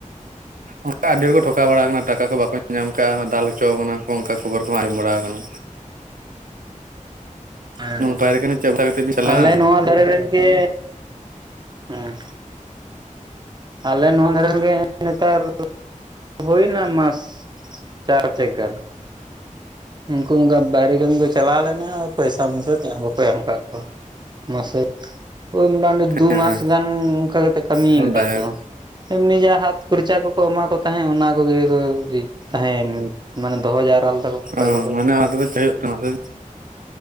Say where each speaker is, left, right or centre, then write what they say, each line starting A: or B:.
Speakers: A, on the right; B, on the right.
A: ᱚᱱᱠᱟ ᱟᱹᱰᱤ ᱦᱚᱲ ᱠᱚ ᱴᱷᱚᱠᱟᱣ ᱵᱟᱲᱟ ᱟᱠᱟᱱᱟ᱾ ᱴᱟᱠᱟ ᱠᱚ ᱵᱟᱠᱚ ᱧᱟᱢ ᱠᱟᱜᱼᱟ ᱫᱟᱞ ᱦᱚᱪᱚ ᱠᱟᱱᱟ ᱠᱚ ᱚᱱᱠᱟ ᱠᱷᱚᱵᱚᱨ ᱠᱚᱦᱚᱸ ᱟᱸᱡᱚᱢ ᱵᱟᱲᱟ ᱟᱠᱟᱱᱟ᱾
B: ᱦᱮᱸ,
A: ᱯᱟᱭᱨᱟ ᱠᱟᱱᱟ ᱪᱮᱫ ᱵᱟᱲᱟ ᱠᱟᱛᱮᱫ ᱵᱤᱱ ᱪᱟᱞᱟᱜᱼᱟ
B: ᱟᱞᱮ ᱱᱚᱣᱟ ᱫᱷᱟᱨᱮ ᱨᱮᱱ ᱜᱮ ᱦᱮᱸ ᱟᱞᱮ ᱱᱚᱣᱟ ᱫᱷᱟᱨᱮ ᱨᱮᱱ ᱜᱮ ᱱᱮᱛᱟᱨ ᱦᱩᱭᱱᱟ ᱢᱟᱥ ᱪᱟᱨ ᱪᱮᱠ ᱜᱟᱱ᱾ ᱩᱱᱠᱩ ᱚᱱᱠᱟ ᱵᱟᱭᱨᱮ ᱠᱟᱹᱢᱤ ᱠᱚ ᱪᱟᱞᱟᱣ ᱞᱮᱱᱟ ᱯᱚᱭᱥᱟ ᱢᱚᱭᱥᱟ ᱪᱮᱫ ᱦᱸ ᱵᱟᱠ ᱠᱚ ᱮᱢ ᱠᱟᱜ ᱠᱚᱣᱟ ᱢᱟᱥᱮ ᱳᱭ ᱢᱚᱴᱟᱢᱩᱴᱤ ᱫᱩᱢᱟᱥ
A: ᱦᱮᱸ
B: ᱜᱟᱱ ᱚᱱᱠᱟ ᱠᱟᱛᱮᱜ ᱠᱟᱹᱢᱤ
A: ᱦᱮᱸ
B: ᱟᱠᱟᱫᱟ
A: ᱫᱟᱭᱟ
B: ᱠᱚ᱾ ᱮᱢᱱᱤ ᱡᱟᱸᱦᱟ ᱦᱟᱛ ᱠᱷᱚᱨᱪᱟ ᱠᱚᱠᱚ ᱮᱢᱟ ᱠᱚ ᱛᱟᱦᱮᱸᱫ ᱚᱱᱟ ᱠᱚᱜᱮ ᱠᱚ ᱛᱟᱦᱮᱱ ᱢᱟᱱᱮ ᱫᱚᱦᱚ ᱡᱟᱨᱣᱟ ᱞᱮᱫᱟ ᱠᱚ ᱚᱠᱚᱭ
A: ᱚ
B: ᱠᱚᱫᱚ
A: ᱢᱟᱱᱮ ᱚᱱᱟ ᱛᱮᱫᱚ <unintelligible> ᱠᱟᱱᱟ ᱥᱮ